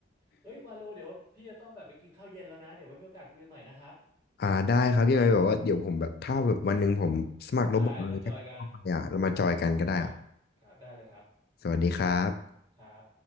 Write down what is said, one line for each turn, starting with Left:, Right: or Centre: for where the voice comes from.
Right: เอ้ยวาโลเดี๋ยวพี่จะต้องแบบไปกินข้าวเย็นแล้วนะเดี๋ยวไว้มีโอกาสคุยกันใหม่นะครับ
Left: อ่าได้ครับยังไงแบบว่าเดี๋ยวผมแบบถ้าแบบวันหนึ่งผมสมัครโรบอทเลยเข้าไปอ่ะเรามาจอยกันก็ได้อ่ะ
Right: ได้มาจอยกันครับครับได้เลยครับ
Left: สวัสดีครับ
Right: ครับ